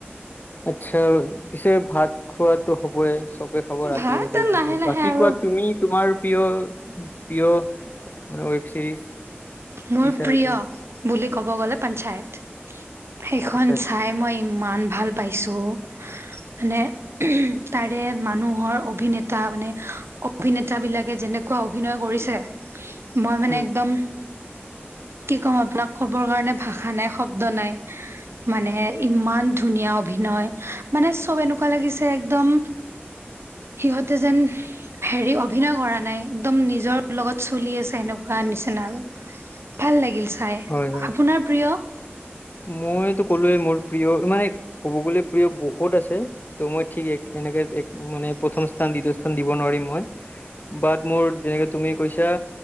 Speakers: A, on the left; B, on the right.
A: আচ্ছা, পিছে ভাত খোৱাটো হ'বই। চবে খবৰ ৰাতি
B: ভাত
A: হ'লে
B: লাহে
A: <inaudible>
B: লাহে
A: বাকী
B: আৰু
A: কোৱা তুমি তোমাৰ প্ৰিয় প্ৰিয় ৱেব চিৰিজ।
B: মোৰ
A: কি চাই
B: প্ৰিয়
A: আছা
B: বুলি ক'ব গ'লে, পঞ্চায়ত। সেইখন
A: আচ্ছা আচ্ছা
B: চাই মই ইমান ভাল পাইছোঁ মানে, তাৰে মানুহৰ অভিনেতা মানে অভিনেতা বিলাকে যেনেকুৱা অভিনয় কৰিছে, মই মানে
A: উম
B: একদম কি ক'ম আপোনাক, ক'বৰ কাৰণে ভাষা নাই, শব্দ নাই। মানে, ইমান ধুনীয়া অভিনয়, মানে চব এনেকুৱা লাগিছে একদম
A: <inaudible>
B: সিহঁতে যেন হেৰি, অভিনয় কৰা নাই একদম, নিজৰ লগত চলি আছে এনেকুৱা নিচিনা আৰু। ভাল লাগিল চাই,
A: হয় হয়
B: আপোনাৰ প্ৰিয়?
A: মইতো ক'লোয়ে, মোৰ প্ৰিয় মানে ক'ব গ'লে, প্ৰিয় বহুত আছে, ত' মই ঠিক একে এনেকে একো মানে, প্ৰথম স্থান, দ্বিতীয় স্থান দিব নোৱাৰিম মই। বাট, মোৰ যেনেকে তুমি কৈছা,